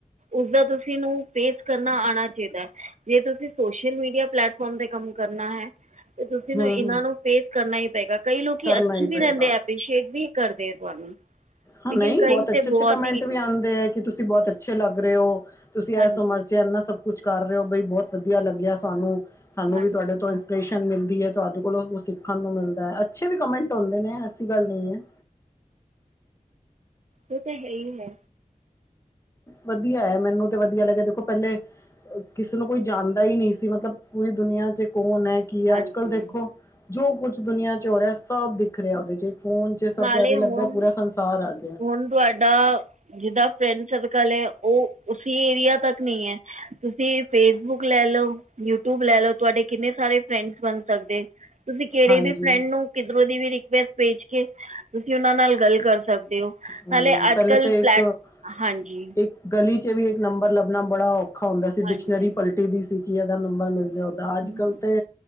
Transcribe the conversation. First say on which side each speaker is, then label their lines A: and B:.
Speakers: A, on the right; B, on the left.
A: ਉਸਦਾ ਤੁਸੀਂ ਨੂੰ ਪੇਸਟ ਕਰਨਾ ਆਣਾ ਚਾਈਦਾ ਜੇ ਤੁਸੀਂ ਸੋਸ਼ਲ ਮੀਡੀਆ ਪਲੇੈਟਫਾਰਮ ਤੇ ਕੰਮ ਕਰਨਾ ਹੈ ਤੇ ਤੁਸੀਂ
B: ਹੂੰ
A: ਨੂੰ ਇਹਨਾਂ
B: ਹੂੰ
A: ਨੂੰ ਫੇਸ ਕਰਨਾ ਹੀ ਪਏਗਾ ਕਈ ਲੋਕੀ
B: ਕਰਨਾ
A: ਅੱਛੀ
B: ਹੀ
A: ਵੀ
B: ਪਏਗਾ
A: ਰਹਿੰਦੇ ਆ ਅਭਿਸ਼ੇਕ ਵੀ ਕਰਦੇ ਆ ਤੁਹਾਨੂੰ
B: ਹ
A: ਲੇਕਿਨ
B: ਨਹੀਂ
A: ਕਈ
B: ਬੋਤ ਅੱਛੇ
A: ਤਾਂ ਬਹੁਤ
B: ਅੱਛੇ ਕਮੈਂਟ
A: ਹੀ
B: ਵੀ ਆਂਦੇ ਹੈ ਕਿ ਤੁਸੀਂ ਤੁਸੀਂ ਬੋਤ ਅੱਛੇ ਲੱਗ ਰਹੇ ਹੋ ਤੁਸੀਂ
A: ਹਾਂਜੀ
B: ਇਹ ਸਮਰਚ ਐਨਾ ਸਭ ਕੁਛ ਕਰ ਰਹੇ ਹੋ ਬਈ ਬੋਤ ਵਧੀਆ ਲੱਗਿਆ ਸਾਨੂੰ ਸਾਨੂੰ
A: ਹਾਂਜੀ
B: ਵੀ ਤੁਹਾਡੇ ਤੋਂ ਮਿਲਦੀ ਹੈ ਤੁਹਾਡੇ ਕੋਲੋਂ ਸਿੱਖਣ ਨੂੰ ਮਿਲਦਾ ਅੱਛੇ ਵੀ ਕਮੈਂਟ ਹੋਂਦੇ ਨੇ ਐਸੀ ਗੱਲ ਨਹੀਂ ਹੈ
A: ਉਹ ਤਾਂ ਹੈ ਹੀ ਹੈ,
B: ਵਧੀਆ ਹੈ ਮੈਨੂੰ ਤੇ ਵਧੀਆ ਲੱਗਿਆ ਦੇਖੋ ਪੈਲੇ ਕਿਸੇ ਨੂੰ ਕੋਈ ਜਾਣਦਾ ਹੀ ਨਹੀਂ ਸੀ ਮਤਲਬ ਪੂਰੀ ਦੁਨੀਆਂ ਚ ਕੌਣ ਹੈ ਕੀ
A: ਹਾਂਜੀ
B: ਅੱਜ ਕੱਲ ਦੇਖੋ ਜੋ ਕੁੱਛ ਦੁਨੀਆਂ ਚ ਹੋ ਰਿਹਾ ਸਭ ਦਿਖ ਰਿਹਾ ਉਹਦੇ ਚ ਫੋਨ ਸਭ
A: ਨਾਲੇ
B: ਦਾ ਤੇ ਲੱਗਦਾ
A: ਹੁਣ
B: ਪੂਰਾ ਸੰਸਾਰ ਆ ਗਿਆ
A: ਹੁਣ ਤੁਹਾਡਾ, ਜਿਦਾ ਫਰੈਂਡ ਸਰਕਲ ਹੈ ਉਹ ਉਸੀ ਏਰੀਆ ਤੱਕ ਨਹੀਂ ਹੈ ਤੁਸੀਂ ਫੇਸਬੁੱਕ ਲੈ ਲਓ ਯੂਟਿਊਬ ਲੈ ਲਓ ਤੁਹਾਡੇ ਕਿੰਨੇ ਸਾਰੇ ਫਰੈਂਡਸ ਬਣ ਸਕਦੇ ਤੁਸੀਂ ਕਿਹੜੇ
B: ਹਾਂਜੀ
A: ਵੀ ਫਰੈਂਡ ਨੂੰ ਕਿਧਰੋਂ ਦੀ ਵੀ ਰਿਕੁਐਸਟ ਭੇਜ ਕੇ ਤੁਸੀਂ ਉਹਨਾਂ ਨਾਲ ਗੱਲ ਕਰ ਸਕਦੇ ਹੋ
B: ਹਮ
A: ਹਾਲੇ ਅੱਜ
B: ਪਹਿਲੇ
A: ਕੱਲ੍ਹ
B: ਤਾਂ ਇੱਕ
A: ਪਲੈਟ ਹਾਂਜੀ
B: ਇੱਕ ਗਲੀ ਚ ਵੀ ਇੱਕ ਨੰਬਰ ਲੱਭਣਾ ਬੜਾ ਔਖਾ ਹੁੰਦਾ ਸੀ
A: ਹਾਂਜੀ
B: ਡਿਕਸ਼ਨਰੀ ਪਲਟੀ ਦੀ ਸੀ ਕਿ ਇਹਦਾ ਨੰਬਰ ਮਿਲ ਜਾਓ
A: ਹੂੰ।
B: ਅੱਜ ਕਲ ਤੇ